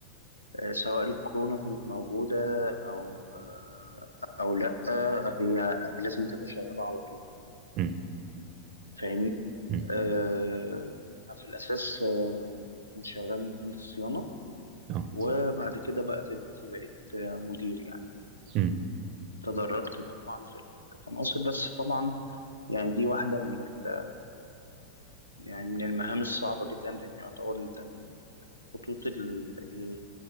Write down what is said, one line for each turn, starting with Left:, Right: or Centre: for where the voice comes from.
Left: سواء الكورونا كانت موجوده او آه او لا آه، هي لازم تبقى شغاله على طول
Right: امم
Left: فاهمني؟
Right: امم
Left: آه في الاساس آه كنت شغال مهندس صيانه
Right: اه
Left: وبعد كده بقى دلوقتي بقيت آه، مدير يعني
Right: امم
Left: تدرجت طبعا في المناصب بس طبعا يعني دي واحدة من ال... يعني من المهام الصعبة جدا لأن يعتبر أنت من خطوط ال... إيه،